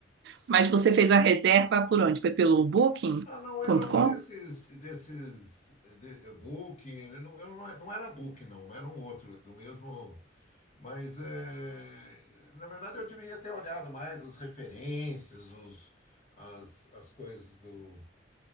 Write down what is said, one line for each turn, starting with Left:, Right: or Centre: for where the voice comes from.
Right: mas você fez a reserva por onde? Foi pelo Booking.com?
Left: Ah, não, era um desses, desses, eh, de, eh, Booking, eu não, eu não, não era Booking, não, era um outro, do mesmo, mas, eh, na verdade, eu devia ter olhado mais as referências, os, as, as coisas do...